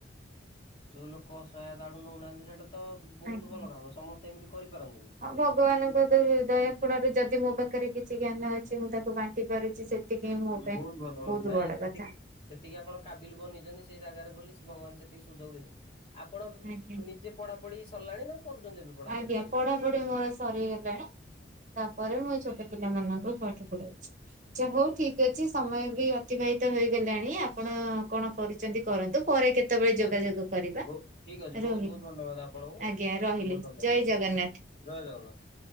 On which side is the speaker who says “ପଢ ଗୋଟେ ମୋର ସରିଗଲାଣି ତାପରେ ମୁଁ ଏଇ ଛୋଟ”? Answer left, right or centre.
Right